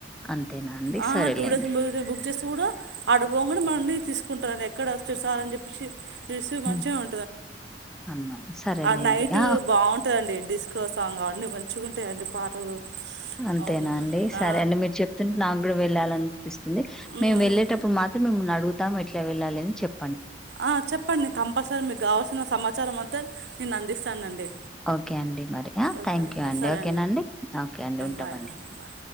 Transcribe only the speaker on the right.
ఆ
టూ డేస్ ము బుక్ చేసి కూడా ఆడబంగానే మనని తీసుకో కుంటారని ఎక్కడ వస్తే సార్ అని చెప్పేసి ఋషి మంచిగా
వం
ఆ నైట్
బాగుంటదండి డిస్కో సాంగ్ అవన్నీ మంచిగుంటాయండి పాటలు
అవును.
ఆ,
ఉమ్,
ఉమ్.
ఆ చెప్పండి కంపల్సరీ మీకు కావాల్సిన సమాచారం అంత నేను అందిస్తానండి
ఓకేనా
ఆ,
సరే
బాయ్ బాయ్